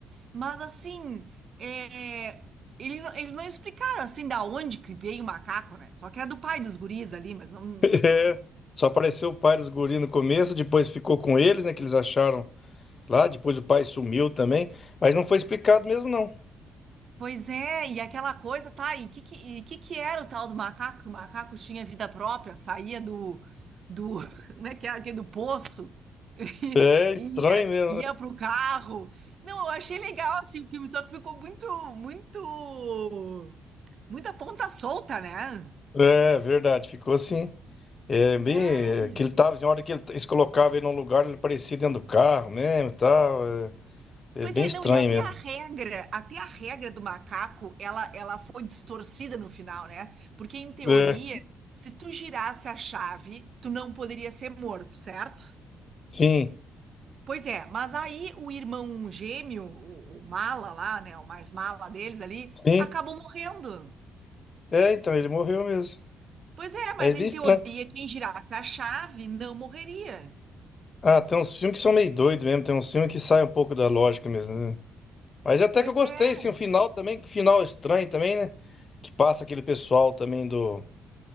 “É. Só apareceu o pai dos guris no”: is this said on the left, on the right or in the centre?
Left